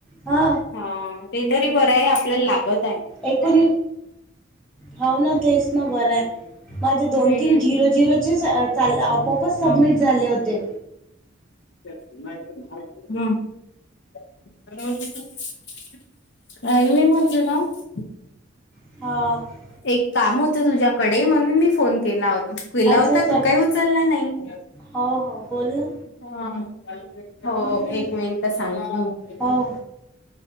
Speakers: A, in the centre; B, on the left (about 60°).
A: ह.
B: हा ते तरी बरं आहे आपल्याला लागत आहे.
A: ऐकोण होव ना तेच ना बरं आहे. माझे दोन
B: हम्म.
A: तीन झिरो झिरो चे आपआपच सबमिट
B: हम्म
A: झाले होते.
B: <inaudible> <inaudible>
A: हां
B: एक काम होतं तुझ्याकडे म्हणून मी फोन केला होतो. केेला
A: अच्छा
B: होता
A: अच्छा
B: तू काही उचलला नाही.
A: हो हो बोल ना
B: हा हो
A: हम्म
B: एक मिनिट सांगते.
A: हो हो